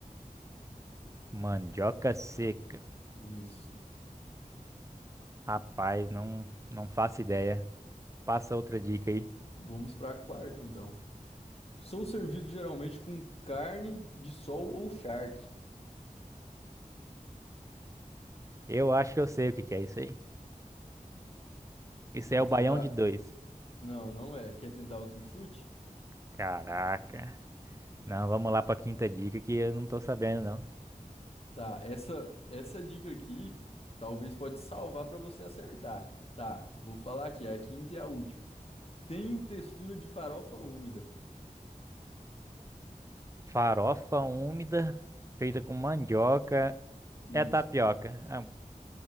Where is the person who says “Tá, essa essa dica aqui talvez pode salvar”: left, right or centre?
Left